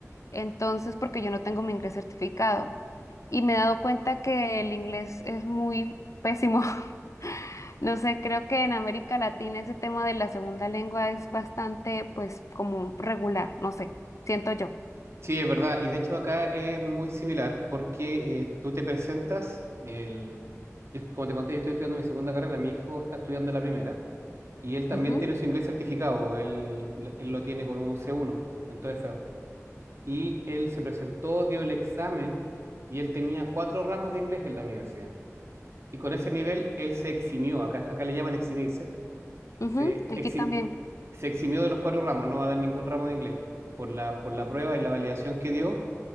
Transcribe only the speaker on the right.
Sí, es verdad. Y de hecho acá es muy similar porque eh, tú te presentas, el- yo- como te conté, yo estoy estudiando mi segunda carrera, mi hijo está estudiando la primera y él también
tiene su inglés certificado, él, él lo tiene con un c uno en todo feo Y él se presentó, dio el examen y él tenía cuatro ramos de inglés en la universidad. Y con ese nivel él se eximió, acá, acá le llaman eximirse,
se,
exim-
se eximió de los cuatro ramos, no va a dar ningún ramo de inglés por la, por la prueba y la validación que dio